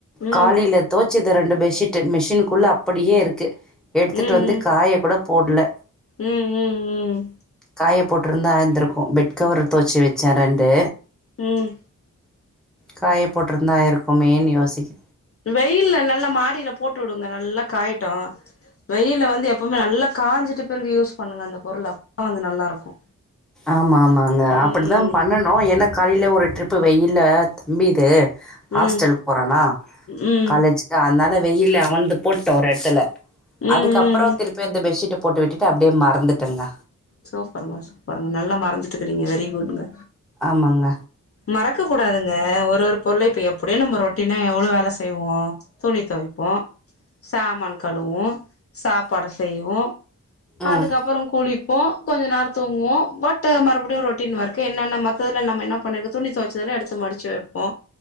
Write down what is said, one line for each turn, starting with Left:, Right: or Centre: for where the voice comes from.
Left: ம்
Centre: காலையில தோச்சுது ரெண்டு பெட் சிட்டு மிஷின்க்குள்ள அப்படியே இருக்கு எடுத்துட்டு
Left: ம்
Centre: வந்து காய கூட போட்ல
Left: ம் ம் ம் ம்
Centre: காயப் போட்ருந்த ஆய்ந்துருக்கு பெட் கவர் துவச்சு வச்சே ரெண்டு
Left: ம்
Centre: காய போட்ருந்தா ஆயிருக்குமேன்னு யோசிக்
Left: வெயில்ல நல்லா மாடியில போட்டு உடுங்க நல்லா காயிட்டு வெயில வந்து எப்பமே நல்லா காஞ்சிட்டு பிறகு யூஸ் பண்ணுங்க அந்த பொருள அப்ப தா வந்து நல்லா இருக்கு
Centre: ஆமா ஆமாங்க அப்படித்தா
Left: ம்
Centre: பண்ணனு ஏன்ன காலையில ஒரு ட்ரிப் வெயி இல்ல தம்பிது ஹாஸ்டலுக்கு
Left: ம்
Centre: போறானா
Left: ம் ம்
Centre: காலேஜுக்கு அத்னால வெயில அவன்ந்து போட்ட ஒரு எடத்துல
Left: ம்
Centre: அதுக்கு அப்புறோ
Left: ம்
Centre: திருப்பி அந்த பெட்ஷீட்டு போட்டு விட்டுட்டு அப்டியே மறந்துட்டேங்க
Left: சூப்ருங்க சூப்ருங்க நல்லா மறந்துட்டுக்கிறீங்க வெரி குட்ங்க
Centre: ஆமாங்க.
Left: மறக்க கூடாதுங்க ஒரு ஒரு பொருள இப்ப எப்படியு நம்ம ரொட் டீனா எவ்ளோ வேல செய்வோ துணி துவைப்போ சாமான் கழுவோ சாப்பாடு செய்வோ
Centre: ம்,
Left: அதுக்கப்றோ குளிப் போ கொஞ்ச நேர தூங்குவோ வட்டு மறுபடியு ரொட்டீன் ஒர்க்கு என்னன்ன மத்தல்ல நம்ம என்ன பண்ணிரு துணி துவச் எடுத்து மடிச்சு வைப்போ